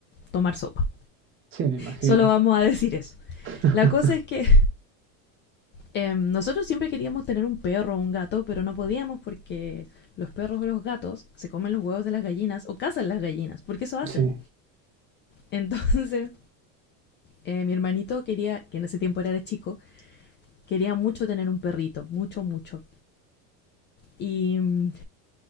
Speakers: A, on the left; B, on the right.
A: tomar sopa.
B: Sí, me imagino.
A: Solo vamos a decir eso.
B: <laughs>
A: La cosa es que Em, nosotros siempre queríamos tener un perro o un gato, pero no podíamos porque los perros o los gatos se comen los huevos de las gallinas o cazan las gallinas, porque eso hacen.
B: Sí.
A: <laughs> Entonces, eh, mi hermanito quería, que en ese tiempo era chico, quería mucho tener un perrito, mucho, mucho. Y, mm,